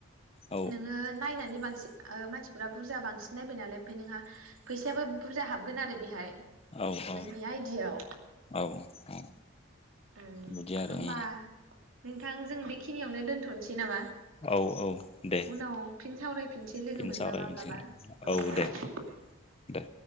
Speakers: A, on the left (about 30°); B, on the right (about 75°).
A: औ
B: नोङो नायनानै बांसिन ओ मानसिफोरा बुरजा बांसिन नायबाय नालाय ओमफ्राय नोंहा फैसायाबो बुरजा हाबगोन आरो बेहाय।
A: औ
B: नोंनि
A: औ
B: आइडियाव
A: औ औ।
B: ओं
A: बिदि आरो
B: होमबा
A: उम
B: नोंथां जों बेखिनियावनो दोनथ'नोसै नामा?
A: औ औ दे
B: उनाव फिन सावरायफिनसै लोगो
A: बेनो
B: मोनबा
A: सावरायफिनसिगोन
B: माब्लाबा औ औ
A: दे दे।